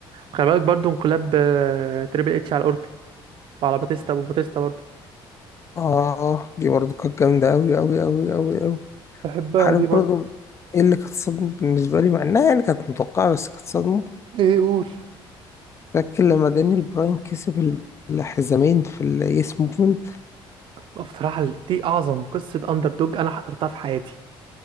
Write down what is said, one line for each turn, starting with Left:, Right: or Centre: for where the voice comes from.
Right: خلي بالك برضو انقلاب آه، تريبل اتش على اورتن وعلى باتيستا وباتيستا برضو
Left: اه دي برضه كانت جامدة أوي أوي أوي أوي أوي
Right: بحبها
Left: عارف
Right: دي
Left: برضه
Right: برضه
Left: ايه اللي كانت صدمة بالنسبة لي مع إنها يعني كانت متوقعة بس كانت صدمة
Right: ايه قول
Left: فاكر لما دانيال براين كسب الحزامين في اليس موفمنت
Right: بصراحه دي اعظم قصه اندر دوج انا حضرتها في حياتي